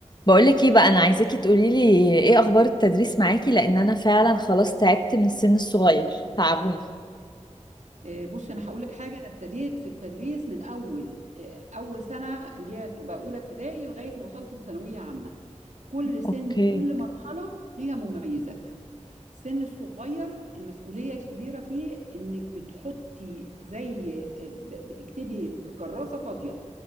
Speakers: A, on the left; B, on the right.
A: بقولك ايه بقى انا عايزاكي تقوليلي ايه اخبار التدريس معاكي لان انا فعلا خلاص تعبت من السن الصغير تعبوني
B: آه، بصي انا هقول لك حاجه انا ابتديت في التدريس من اول آه، اول سنه اللي هي تبقى اولى ابتدائي لغايه ما وصلت لثانويه عامه كل سن
A: اوكي
B: وكل مرحلة ليها مميزاتها السن الصغير المسؤولية الكبيرة فيه إنك بتحطي زي ب- بتكتبي في كراسة فاضية